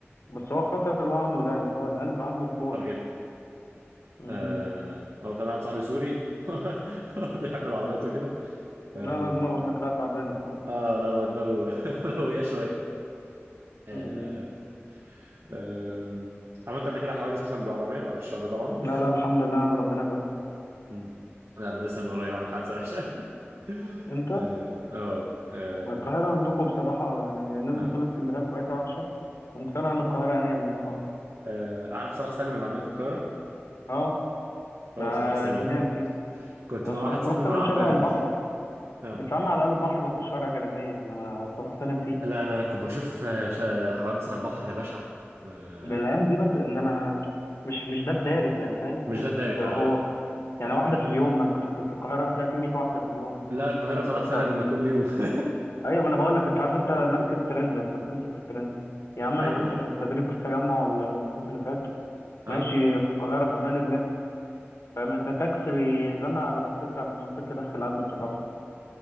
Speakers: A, on the left; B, on the right.
A: بس هو خطر اللي هو عامله ده يعني هو القلب عنده بور
B: خطر جدا
A: مم.
B: آه هو كان واحد صاحبي سوري <laughs> بيحب العربيات وكده
A: لا
B: اه
A: لا دماغه شكلها تعبانه بصراحه
B: آه، لا هو دماغه <laughs> هوية شويه آه
A: مم.
B: آه عملت قبل كده حوادث مثلا بالعربيه بعد الشر طبعا
A: لا لا الحمد لله يا عم ربنا بعيد
B: مم. لا ده لسه من قريب عامل حادثه وحشه <laughs> اه
A: انت
B: اه آه،
A: ما القاهرة عندكم بصراحة يعني الناس
B: آه.
A: بتقول اسكندرية سويتها وحشة ومقتنع ان القاهرة انيل 100 مرة
B: آه، اعرف صلاح سالم اللي عندنا في القاهره
A: اه ما
B: هو صلاح سالم
A: جنان
B: ده
A: فيه
B: كنت
A: أصل
B: مع واحد صاحبي
A: صلاح سالم
B: معاه عربيه
A: شبه
B: لانوس
A: البحر
B: اه
A: بس عم على الاقل البحر ما فيهوش شوارع جانبية انما صلاح سالم فيه
B: لا لا انا كنت بشوف آه، شا- حوادث على البحر بشعه آه،
A: ده الايام دي بس انما مش مش ده الدارس يعني فاهم
B: مش
A: يعني
B: ده الدايركت فعلا
A: هو
B: يعني.
A: هو يعني واحدة في اليوم ما انت في في القاهرة هتلاقي في 100 واحدة في اليوم
B: لا
A: يعني
B: القاهره
A: فاهم
B: صلاح
A: فانت
B: سالم كل يوم <laughs>
A: ايوه ما انا بقول لك انت عارف
B: في
A: انت ماسك
B: كتير
A: الترند انت بتمسك في الترند يا عم
B: ايوه
A: انا كنت في التدريب في التجمع الصيف اللي فات
B: اه
A: ماشي في القاهرة في أمان الله فاهم أنت تاكسي بيزنق على موتوسيكل راح الموتوسيكل داخل عندي في الرف